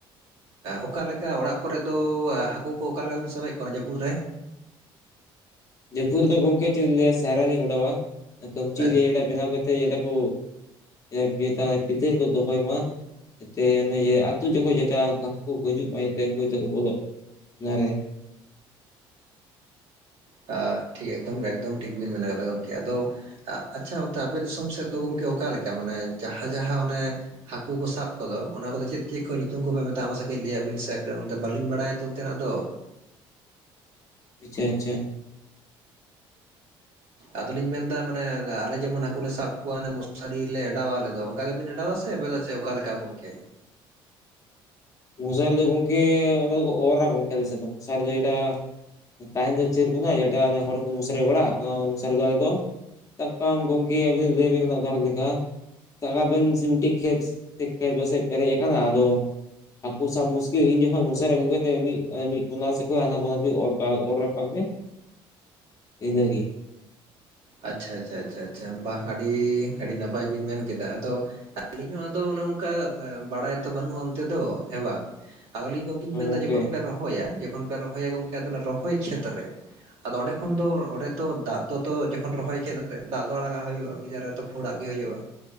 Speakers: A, on the right; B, on the left.
A: ᱚᱠᱟᱞᱮᱠᱟ ᱚᱲᱟᱜ ᱠᱚᱨᱮ ᱫᱚ ᱦᱟᱹᱠᱩ ᱠᱚ ᱚᱠᱟᱠᱟᱵᱤᱱ ᱥᱟᱵᱟᱭᱮᱫ ᱠᱚᱣᱟ ᱡᱟᱹᱯᱩᱫ ᱨᱮ
B: ᱡᱟᱯᱩᱫ ᱨᱮᱫᱚ ᱜᱚᱝᱠᱮ ᱪᱮᱫ ᱞᱟᱹᱭᱟ ᱥᱟᱭᱨᱟ ᱞᱤᱧ ᱚᱰᱚᱜᱼᱟ, ᱠᱟᱹᱵᱪᱤ
A: ᱟᱪᱪᱷᱟ
B: ᱨᱮ ᱵᱮᱱᱟᱣ ᱠᱟᱛᱮ ᱚᱱᱮ ᱠᱚ <unintelligible> ᱪᱤᱛᱟᱹᱨ ᱠᱚ ᱫᱚᱦᱚᱭ ᱢᱟ᱾ ᱡᱟᱛᱮ ᱚᱱᱮ ᱡᱮ ᱟᱹᱛᱩ ᱡᱚᱠᱷᱚᱡ ᱡᱮᱴᱟ ᱦᱟᱹᱠᱩ ᱠᱚ ᱦᱤᱡᱩᱜ ᱢᱟ ᱡᱟᱛᱮ ᱩᱱ ᱫᱚᱠᱚ ᱵᱚᱞᱚᱜ ᱢᱟᱨᱮ
A: ᱟ ᱮᱠᱫᱚᱢ ᱮᱠᱫᱚᱢ ᱴᱷᱤᱠ ᱵᱤᱱ ᱢᱮᱱ ᱠᱟᱫᱟ ᱜᱚᱢᱠᱮ ᱟᱫᱚ ᱟᱪᱪᱷᱟ ᱚᱱᱛᱮ ᱟᱯᱮ ᱫᱤᱥᱚᱢ ᱥᱮᱫ ᱫᱚ ᱜᱚᱝᱠᱮ ᱚᱠᱟ ᱞᱮᱠᱟ ᱢᱟᱱᱮ ᱡᱟᱦᱟᱸ ᱡᱟᱦᱟᱸ ᱚᱱᱮ ᱦᱟᱹᱠᱩ ᱠᱚ ᱥᱟᱵ ᱠᱚᱫᱚ ᱚᱱᱟ ᱠᱚᱫᱚ ᱪᱮᱫ ᱪᱮᱫ ᱠᱚ ᱧᱩᱛᱩᱢ ᱠᱚᱯᱮ ᱢᱮᱛᱟᱜᱼᱟ ᱢᱟᱥᱮ ᱠᱟᱹᱡ ᱞᱟᱹᱭᱟᱵᱤᱱ ᱥᱮ ᱵᱟᱹᱞᱤᱧ ᱵᱟᱲᱟᱭᱟᱛᱚ ᱚᱱᱛᱮᱱᱟᱜ ᱫᱚ?
B: ᱟᱪᱪᱷᱟ ᱟᱪᱪᱷᱟ
A: ᱟᱫᱚ ᱞᱤᱧ ᱢᱮᱱ ᱫᱟ ᱢᱟᱱᱮ ᱟᱞᱮ ᱡᱮᱢᱚᱱ ᱦᱟᱹᱠᱩ ᱞᱮ ᱥᱟᱵ ᱠᱚᱣᱟ ᱮᱱᱮ ᱢᱚᱥᱟᱨᱤ ᱞᱮ ᱚᱰᱟᱣᱟ ᱟᱞᱮ ᱫᱚ ᱚᱱᱠᱟ ᱜᱮᱵᱮᱱ ᱚᱰᱟᱣᱟ ᱥᱮ ᱟᱯᱮ ᱫᱚ ᱪᱮ? ᱚᱠᱟ ᱞᱮᱠᱟ ᱜᱚᱢᱠᱮ
B: ᱢᱚᱥᱟᱨᱤ ᱫᱚ ᱜᱚᱝᱠᱮ ᱚᱱᱟ ᱫᱚᱠᱚ ᱚᱨᱟ ᱜᱚᱝᱠᱮ ᱟᱞᱮ ᱥᱮᱫ ᱫᱚ ᱢᱚᱥᱟᱨᱤ ᱫᱚ ᱡᱮᱴᱟ᱾ ᱛᱟᱦᱮᱱ ᱫᱚ ᱪᱮᱫ ᱠᱚ <inaudible> ᱡᱮᱴᱟ ᱦᱚᱲ ᱠᱚ ᱢᱚᱥᱟᱨᱤ ᱵᱟᱲᱟᱜ ᱢᱚᱥᱟᱨᱤ ᱫᱚ ᱟᱨᱮ ᱫᱚ ᱥᱟᱵ ᱠᱟᱢ ᱜᱚᱝᱠᱤ ᱟᱵᱤᱱ ᱞᱟᱭ ᱵᱤᱱ <inaudible> ᱩᱫᱟᱦᱚᱨᱚᱱ ᱞᱮᱠᱟ ᱥᱟᱵ ᱠᱟᱜ ᱵᱮᱱ ᱥᱤ ᱢᱤᱫ ᱴᱤᱡ ᱠᱷᱮᱛ ᱠᱷᱮᱛ ᱯᱟᱥᱮᱫ ᱯᱮᱨᱮᱡ ᱟᱠᱟᱱᱟ ᱟᱫᱚ ᱦᱟᱹᱠᱩ ᱥᱟᱵ ᱢᱩᱥᱠᱤᱞ ᱤᱧ ᱡᱚᱠᱷᱚᱱ ᱢᱚᱥᱟᱨᱤ ᱟᱹᱜᱩ ᱠᱟᱛᱮ ᱢᱤᱫ ᱢᱤᱫ ᱠᱳᱱᱟ ᱥᱮ ᱠᱷᱚᱱ ᱦᱟᱱᱟ ᱠᱳᱱᱟ ᱚᱨ ᱚᱨ ᱨᱟᱠᱟᱵ ᱤᱱᱟᱹ ᱜᱤ
A: ᱟᱪᱪᱷᱟ ᱟᱪᱪᱷᱟ ᱟᱪᱪᱷᱟ ᱟᱪᱪᱷᱟ ᱵᱟᱝ ᱟᱹᱰᱤ ᱟᱹᱰᱤ ᱱᱟᱯᱟᱭ ᱵᱤᱱ ᱢᱮᱱ ᱠᱮᱫᱟ ᱛᱚ᱾ ᱟᱹᱞᱤᱧ ᱦᱚᱸ ᱟᱫᱚ ᱚᱱᱮ ᱚᱱᱠᱟ ᱵᱟᱲᱟᱭ ᱛᱚ ᱵᱟᱹᱱᱩᱜᱼᱟ ᱚᱱᱛᱮ ᱫᱚ ᱦᱮᱸ ᱵᱟᱝ? ᱟᱫᱚᱞᱤᱧ ᱜᱚᱢᱠᱮᱧ ᱢᱮᱱᱫᱟ
B: ᱜᱚᱝᱠᱮ
A: ᱡᱚᱠᱷᱚᱱ ᱯᱮ ᱨᱚᱦᱚᱭᱟ ᱡᱚᱠᱷᱚᱱ ᱯᱮ ᱨᱚᱦᱚᱭᱟ ᱜᱚᱢᱠᱮ ᱟᱫᱚ ᱚᱱᱟ ᱨᱚᱦᱚᱭ ᱠᱷᱮᱛ ᱨᱮ ᱟᱫᱚ ᱚᱸᱰᱮ ᱠᱷᱚᱱ ᱫᱚ ᱚᱸᱰᱮ ᱛᱚ ᱫᱟᱜ ᱫᱚᱛᱚ ᱡᱚᱼ ᱼᱠᱷᱚᱱ ᱨᱚᱦᱚᱭ ᱠᱷᱮᱛ ᱨᱮ ᱫᱟᱜ ᱫᱚ ᱟᱲᱟᱜᱟ ᱦᱩᱭᱩᱜᱼᱟ ᱢᱤᱫᱟᱨᱮ ᱛᱚ ᱯᱷᱩᱲᱟᱜ ᱜᱮ ᱦᱩᱭᱩᱜᱼᱟ